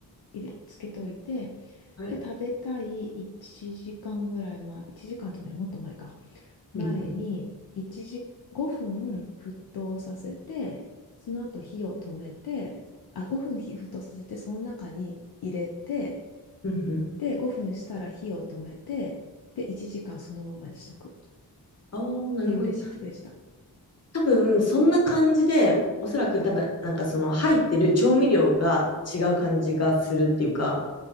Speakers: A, on the left; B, on the left.
A: 入れ、つけといて、
B: はい。
A: で、食べたい1時間ぐらい前、1時間じゃない、もっと前か。前に、
B: うんうん
A: 一時、5分沸騰させて、その後火を止めて、あ、5分火沸騰させて、その中に入れて、
B: うんうん。
A: で、5分したら火を止めて、で、1時間そのままにしとくっ
B: ああ、なるほど。
A: ていうレシピでした。
B: 多分、そんな感じで、おそらく多分、なんかその入ってる調味料が違う感じがするっていうか、